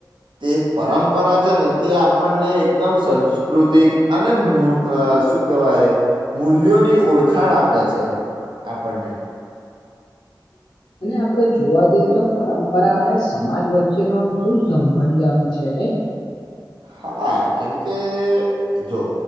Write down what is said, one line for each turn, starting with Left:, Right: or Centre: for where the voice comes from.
Right: તે પરંપરા છે ને તે આપણને એકદમ સંસ્કૃતિક અને મુ અ શું કેહેવાય મૂલ્યોની ઓળખાણ આપે છે આપણને
Left: અને આપણેે જોવા જઈએ તો પરંપરા અને સમાજ વચ્ચેનો આમ શું સંબંધ આમ છે નહી <inaudible>
Right: હા કેમકે જો